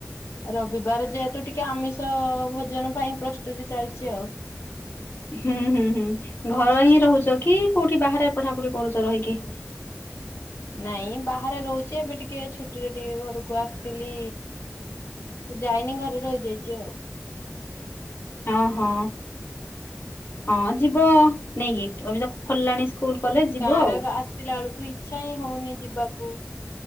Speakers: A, on the left (about 80°); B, on the left (about 50°).
A: ରବିବାର ଯେହେତୁ ଟିକେ ଆମିଷ ଭୋଜନ ପାଇଁ ପ୍ରସ୍ତୁତି ଚାଲଚି ଆଉ।
B: ହୁଁ ହୁଁ ହୁଁ ଘର ହିଁ ରହୁଚ କି କୋଉଠି ବାହାରେ ପଢାପଢି କରୁଚ ରହିକି?
A: ନାଇଁ ବାହାରେ ରହୁଚି ଏବେ ଟିକେ ଛୁଟିରେ ଟିକେ ଘରୁକୁ ଆସଥିଲି। ଯାଇନି ଘରେ ରହିଯାଇଚି ଆଉ।
B: ଅହୋ। ହଁ ଯିବ ନେଇକି ଏବେ ତ ଖୋଲିଲାଣି ସ୍କୁଲ କଲେଜ ଯିବ
A: ଗାଁ
B: ଆଉ।
A: ରେ ର ଆସିଲା ବେଳକୁ ଇଚ୍ଛା ହିଁ ହଉନି ଯିବାକୁ।